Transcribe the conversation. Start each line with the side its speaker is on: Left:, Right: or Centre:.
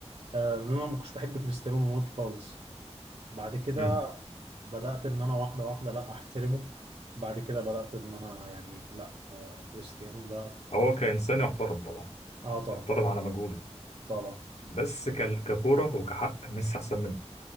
Right: آه، ان انا ما كنتش بحب كريستيانو رونالدو خالص بعد كده
Left: مم.
Right: بدات ان انا واحده واحده لا احترمه بعد كده بدات ان انا يعني لا آه، كريستيانو ده في
Left: هو
Right: مك-
Left: كإنسان يحترم طبعا
Right: اه طبعا
Left: يحترم على مجهوده
Right: طبعا
Left: بس ك- ككورة وكحق ميسي احسن منه